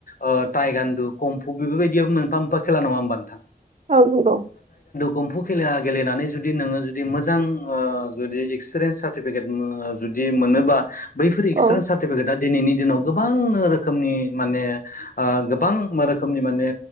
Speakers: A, on the left; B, on the right.
A: ओ टाइ गान्दु कमभु बेफोर बादियाबो मोनफा मोनफा खेला नङा होमबा नोंथां?
B: औ नंगौ।
A: कमफु खेला गेलेनानै जुदि नोङो जुदि मोजां ओ जुदि एक्सपिरियेन्स सार्टिफिकेट ओ जुदि जि मोनोबा बैफोर एक्सट्रा
B: औ
A: सार्टिफिकेटआ दिनैनि दिनाव गोबां रोखोमनि माने ओ गोबां रोखोमनि माने